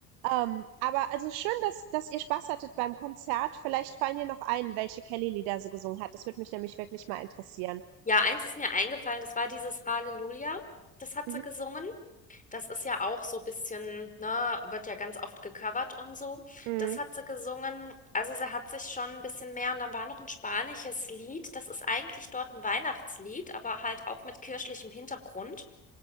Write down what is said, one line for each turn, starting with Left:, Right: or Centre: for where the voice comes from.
Right: Ähm, aber also schön, dass, dass ihr Spaß hattet beim Konzert. Vielleicht fallen dir noch ein, welche Kelly-Lieder so gesungen hat. Das würde mich nämlich wirklich mal interessieren.
Left: Ja, eins ist mir eingefallen, das war dieses Halleluja, das hat
Right: Mhm.
Left: sie gesungen. Das ist ja auch so ein bisschen, ne, wird ja ganz oft gecovert und so.
Right: Mhm.
Left: Das hat sie gesungen. Also sie hat sich schon ein bisschen mehr. Und dann war noch ein spanisches Lied. Das ist eigentlich dort ein Weihnachtslied, aber halt auch mit kirchlichem Hintergrund.